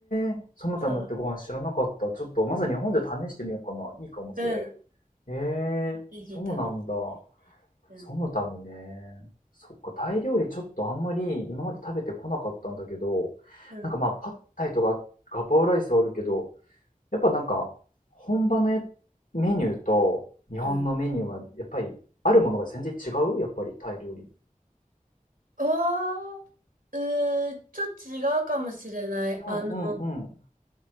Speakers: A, on the left; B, on the right.
A: ー、ソムタムってご飯知らなかった。
B: そう、
A: ちょっとまず日本で試してみようかな。いいかも、それ。
B: うん、ぜ
A: ええー、
B: ひ試して
A: そうなんだ。
B: みて。うん、
A: ソムタムね。そっか、タイ料理ちょっとあんまり今まで食べてこなかったんだけど、
B: うん、
A: なんかまあ、パッタイとかガパオライスはあるけど、やっぱなんか、本場のやメニューと日本のメニューは、
B: うん。
A: やっぱり、あるものが全然違うやっぱり、タイ料理。
B: ああ、うー、ちょっと違うかもしれない。
A: うんうんうん。
B: あの、